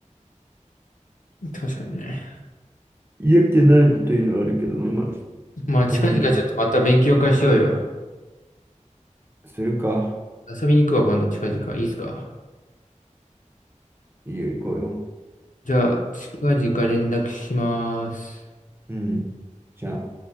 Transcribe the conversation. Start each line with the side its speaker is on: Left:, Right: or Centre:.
Left: 確かにね。
Right: 嫌気ないというのはあるけどね、まあ、
Left: まあ、近々ちょっとまた勉強会しようよ。
Right: たまにするか。
Left: 遊びに行くわ、今度、近々。いいっすか
Right: いいよ、行こうよ。
Left: じゃあ、近々連絡します。
Right: うん。じゃあ。